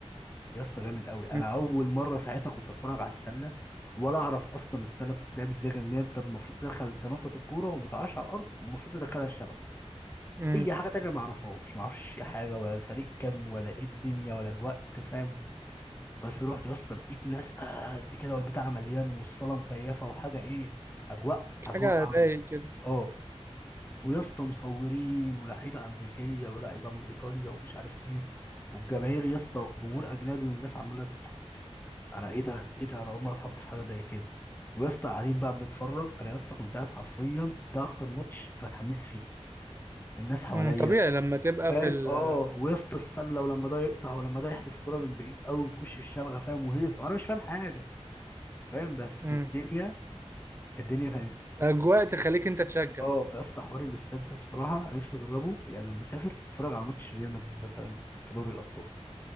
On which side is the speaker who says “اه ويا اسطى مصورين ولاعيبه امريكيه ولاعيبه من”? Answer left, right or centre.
Left